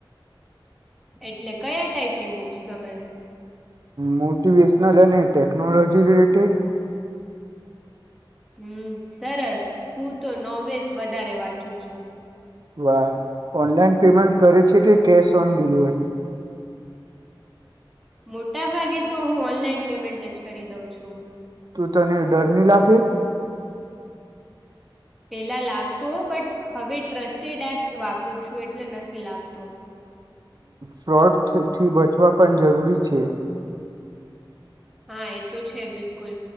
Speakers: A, in the centre; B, on the right.
A: એટલે કયા ટાઈપની બુક્સ તમે.
B: મોટિવેશનલ અને ટેકનોલોજી રિલેટેડ.
A: હમ સરસ હું તો નોવેસ વધારે વાંચું છું.
B: વાહ ઓનલાઈન પેમેન્ટ કરે છે કે કેશ ઓન ડિલિવરી.
A: મોટા ભાગે તો હું ઓનલાઈન પેમેન્ટ જ કરી દઉં છું.
B: તું તને ડર નહી લાગે
A: પેલા લાગતો બટ હવે ટ્રસ્ટેડ એપ્સ વાપરું છું એટલે નથી લાગતો.
B: ફ્રોડથી બચવા પણ જરૂરી છે.
A: હા એ તો છે બિલકુલ